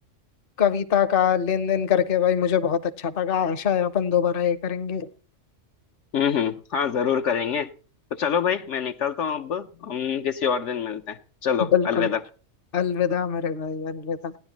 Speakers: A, on the left; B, on the left.
A: कविता का लेन देन करके भाई मुझे बहुत अच्छा लगा आशा है अपन दोबारा ये करेंगे
B: हम्म हम्म हाँ जरूर करेंगे तो चलो भाई मैं निकलता हूँ अब हम किसी और दिन मिलते हैं चलो
A: बिल्कुल
B: अलविदा
A: अलविदा मेरे भाई अलविदा